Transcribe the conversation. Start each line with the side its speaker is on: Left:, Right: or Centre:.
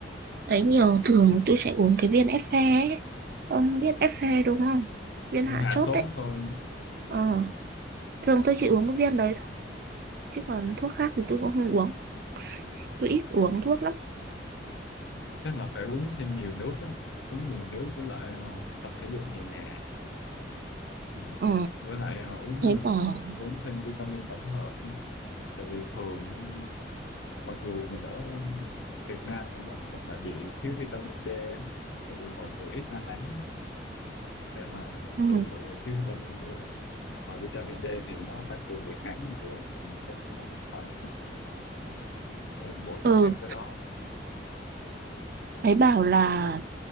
Right: ấy nhiều, thường tôi sẽ uống cái viên Effe ấy. Ông biết Effe đúng không? Viên
Left: Vì
Right: hạ
Left: hạ
Right: sốt
Left: sốt
Right: đấy.
Left: thôi.
Right: Ờ, thường tôi chỉ uống cái viên đấy thôi, chứ còn thuốc khác thì tôi cũng không uống. Tôi ít uống thuốc lắm.
Left: Chắc là phải uống thêm nhiều nước á. Uống nhiều nước với lại ờ, tập thể dục nhẹ nhàng. Ừ.
Right: Ờ,
Left: Với lại ờ, uống
Right: thế
Left: ờ,
Right: bảo...
Left: uống thêm vitamin tổng hợp. Tại vì thường ờ, mặc dù mình ở Việt Nam nhưng mà mình lại bị thiếu vitamin D. á. Tại vì mọi người ít ra nắng nên là
Right: Ừ.
Left: thường mọi người thiếu vitamin D. Mà vitamin D thì nó tăng cường đề kháng của mình. Nên là Phải, phải bổ
Right: Ừ,
Left: sung thêm cái đó.
Right: thấy bảo là